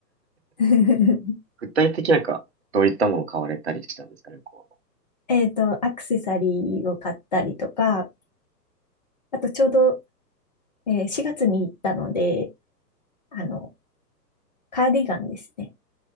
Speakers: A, on the left; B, on the right.
A: <laughs>
B: 具体的なんか、どういったものを買われたりしたんですかね、こ
A: えっと、アクセサリーを買ったりとか、あとちょうど、えー4月に行ったので、あの、カーディガンですね。